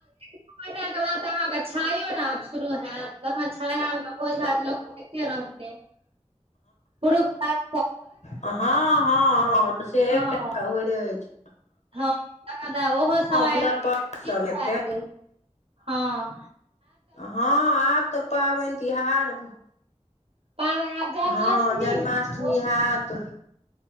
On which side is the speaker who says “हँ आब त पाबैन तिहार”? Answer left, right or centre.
Left